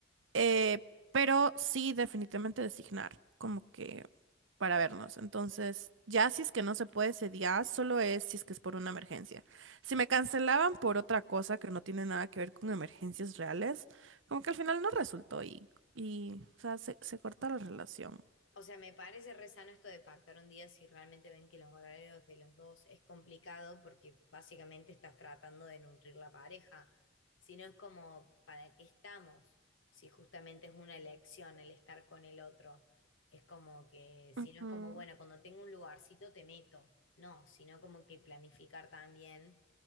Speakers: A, on the right; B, on the left.
A: Eh, pero sí, definitivamente designar, como que para vernos. Entonces, ya si es que no se puede ese día, solo es si es que es por una emergencia. Si me cancelaban por otra cosa que no tiene nada que ver con emergencias reales, como que al final no resultó y, y o sea, se, se corta la relación.
B: O sea, me parece re sano esto de pactar un día si realmente ven que los horarios de los dos es complicado porque básicamente estás tratando de nutrir la pareja. Si no es como, ¿para qué estamos? Si justamente es una elección el estar con el otro. Es como que, si
A: Ujú.
B: no es como, bueno, cuando tengo un lugarcito te meto. No, sino como que planificar también,